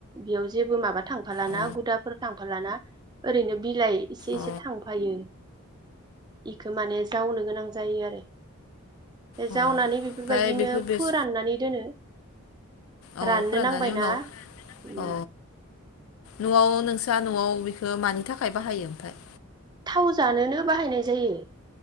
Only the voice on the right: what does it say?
बेयाव जेबो माबा थांफालाना
गुदाफोर थांफालाना ओरैनो बिलाइ इसे
इसे थांफायो। इखो माने जावनो गोनां जायो आरो। ओ
जावनानै बेफोरबायदिनो
फोराननानै दोनो।
राननो
नांबायना
उम।
थाव जानोनो बाहायनाय जायो।